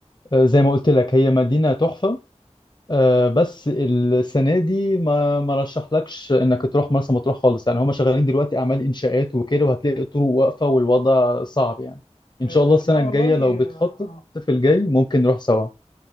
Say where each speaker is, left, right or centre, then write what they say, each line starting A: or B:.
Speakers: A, on the left; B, on the left.
A: آه، زي ما قلت لك هي مدينة تحفة آه، بس السنة دي ما ما رشحلكش انك تروح مرسى مطروح خالص يعني هم شغالين دلوقتي اعمال انشاءات وكده وهتلاقي الطرق واقفة والوضع صعب يعني
B: آه
A: ان شاء الله السنة
B: لا والله
A: الجاية لو بتخطط
B: آه
A: في الجاي ممكن نروح سوا